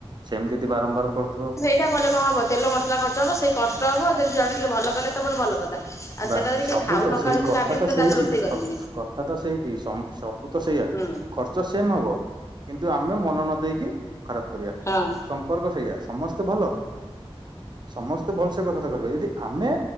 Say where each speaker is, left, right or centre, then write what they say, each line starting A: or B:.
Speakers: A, on the right; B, on the left.
A: ସେମିତି ଯଦି ବାରମ୍ବାର କରୁଥୁବ
B: କା କଲେ କଣ ହବ? ତେଲ ମସଲା ଖର୍ଚ୍ଚ ହବ ସେଇ କଷ୍ଟ ହବ। ଯଦି ଜଣେ ଟିକେ ଭଲ କଲେ ତ ମୋର ଭଲ କଥା। ଆଉ
A: ବାସ୍,
B: ସେଟା ଯଦି
A: ସବୁ
B: କିଏ ଖାଉ
A: ତ
B: ନ
A: ସେଇ
B: ଖାଉ ଯଦି
A: କଥା
B: ଭାବିମି
A: ତ ସେଇଠି।
B: ତାହେଲେ ରୋଷେଇ କରିବିନି
A: ସ କଥା ତ ସେଇଠି। ସମ ସବୁ ସବୁ ତ ସେଇଆ।
B: ହୁଁ
A: ଖର୍ଚ୍ଚ ସେମ୍ ହବ କିନ୍ତୁ ଆମେ ମନ ନ ଦେଇକି ଖରାପ କରିବା।
B: ହଁ।
A: ସମ୍ପର୍କ ସେଇଆ ସମସ୍ତେ ଭଲ। ସମସ୍ତେ ଭଲସେ କଥାବାର୍ତ୍ତା କରିବେ। ଯଦି ଆମେ